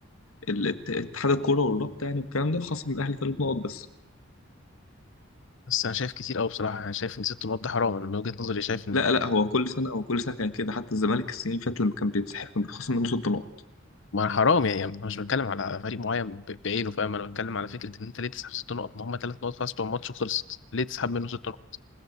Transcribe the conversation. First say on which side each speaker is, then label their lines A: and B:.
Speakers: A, on the left; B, on the left.
A: ال- ات- اتحاد الكورة والرابطة يعني والكلام ده خصم الأهلي ثلاث نقط بس
B: بس انا شايف كتير قوي بصراحه انا شايف ان ست نقط ده حرام انا من وجهه نظري شايف ان
A: لا لا هو كل سنة هو كل سنة كان كده حتى الزمالك السنين اللي فاتت لما كان بينسحب كان بيتخصم منه ست نقط
B: ما حرام يعني انا مش بتكلم على فريق معين ب- بعينه فاهم انا بتكلم على فكره ان انت ليه تسحب ست نقط ما هم ثلاث نقط خلاص بتوع الماتش وخلصت ليه تسحب منه ست نقط